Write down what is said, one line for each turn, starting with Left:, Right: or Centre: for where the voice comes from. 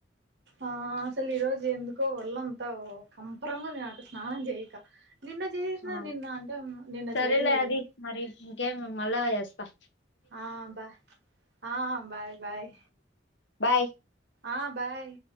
Right: ఆ అసలు ఈ రోజు ఎందుకో వళ్ళంత కంపరంగ నాకు స్నానం చేయక నిన్న చేసిన
Left: ఆ
Right: నిన్న అంటే నిన్న
Left: సరేలే
Right: చేయలేదులే
Left: అది మరి ఇంకేం మళ్ళా చేే పస్
Right: ఆ బాయ్ ఆ బాయ్ బాయ్
Left: బాయ్
Right: ఆ బాయ్